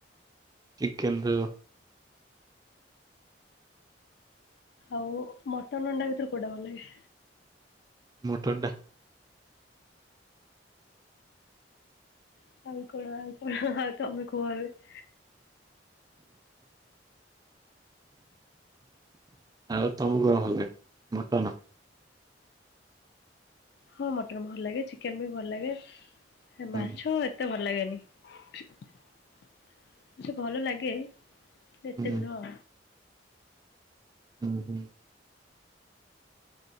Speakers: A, on the right; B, on the left.
A: ଚିକେନ <unintelligible>
B: ଆଉ ମଟର ଅଣ୍ଡା ଭିତରୁ କୋଉଟା ଭଲ ଲାଗେ।
A: ମଟନ୍ ଟା।
B: <unintelligible>
A: ଆଉ ତମକୁ କଣ ଭଲ ଲାଗେ? ମଟନ।
B: ହଁ ମଟନ ଭଲ ଲାଗେ ଚିକେନ ବି ଭଲ ଲାଗେ। <unintelligible>
A: ହୁଁ
B: ମାଛ ଏତେ ଭଲ ଲାଗେନି। <unintelligible> ଭଲ ଲାଗେ ଏତେ
A: ହୁଁ
B: ବି ନୁହଁ।
A: ହୁଁ ହୁଁ।